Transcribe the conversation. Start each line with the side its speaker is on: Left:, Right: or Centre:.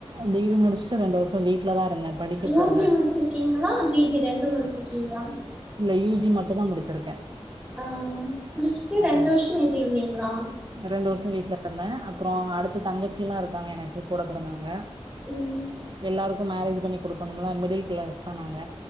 Right: டிகிரி முடிச்சுட்டு ரெண்டு வர்ஷோ வீட்ல தா இருந்தே படிக்க
Centre: யூ
Right: போகல
Centre: ஜி முடிச்சிருக்கீங்களா பி ஜி ரெண்டு முடிச்சிருக்கீங்களா
Right: இல்ல யூ ஜி மட்டுந்தா முடிச்சிருக்கே
Centre: ஆ முடிச்சுட்டு ரெண்டு
Right: ம்
Centre: வர்ஷ வீட்ல இருந்தீங்களா
Right: ரெண்டு வர்ஷ வீட்டுல இருந்த அப்பறோ அடுத்து தங்கச்சி எல்லா இருக்காங்க எனக்கு கூட பொறந்தவங்க
Centre: ம்
Right: எல்லாருக்கு மேரேஜ்ஜி பண்ணி குடுக்கணும்ள மிடில் க்ளாஸ் தா நாங்க